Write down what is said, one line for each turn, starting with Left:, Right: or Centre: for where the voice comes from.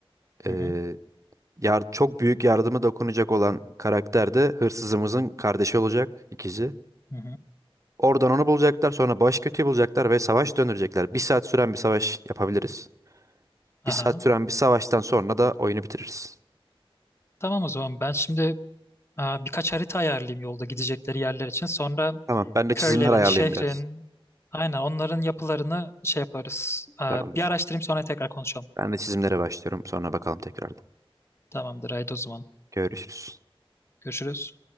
Left: hı
Right: Ee,
Left: hı.
Right: yar- çok büyük yardımı dokunacak olan karakter de hırsızımızın kardeşi olacak, ikizi.
Left: hı hı.
Right: Oradan onu bulacaklar. Sonra baş kötüyü bulacaklar ve savaş döndürecekler. Bir saat süren bir savaş yapabiliriz.
Left: Aha.
Right: Bir saat süren bir savaştan sonra da oyunu bitiririz.
Left: Tamam o zaman ben şimdi aa, birkaç harita ayarlayayım yolda gidecekleri yerler için. Sonra
Right: Tamam. Ben de
Left: köylerin,
Right: çizimler ayarlayayım
Left: şehrin,
Right: biraz.
Left: aynen onların yapılarını şey yaparız. Aa,
Right: Tamamdır.
Left: bir araştırayım sonra tekrar konuşalım.
Right: Ben de çizimlere başlıyorum. Sonra bakalım tekrardan.
Left: Tamamdır haydi o zaman.
Right: Görüşürüz.
Left: Görüşürüz.